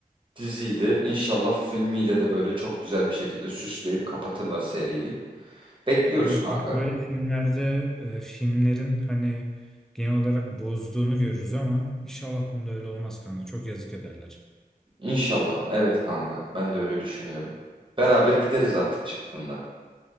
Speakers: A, on the right; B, in the centre.
A: diziydi. İnşallah filmiyle de böyle çok güzel bir şekilde süsleyip kapatırlar seriyi. Bekliyoruz
B: Evet
A: kanka.
B: bak böyle filmlerde e, filmlerin hani genel olarak bozduğunu görürüz ama inşallah bunda öyle olmaz kanka. Çok yazık ederler.
A: İnşallah. Evet kanka. Ben de öyle düşünüyorum. Beraber gideriz artık çıktığında.